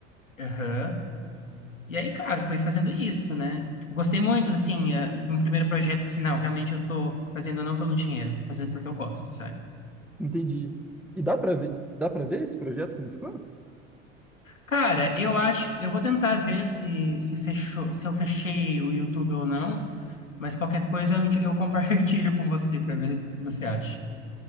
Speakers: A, on the left; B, in the centre.
A: Aham. E aí, cara, foi fazendo isso, né? Tipo, Gostei muito, assim, eh, no primeiro projeto, assim, não, realmente eu tô fazendo não pelo dinheiro, eu tô fazendo porque eu gosto, sabe?
B: Entendi. E dá pra ver, dá para ver esse projeto como ficou?
A: Cara, eu acho, eu vou tentar ver se, se fechou, se eu fechei o YouTube ou não, mas qualquer coisa eu, te- eu compartilho <laughs> com você para ver o que você acha,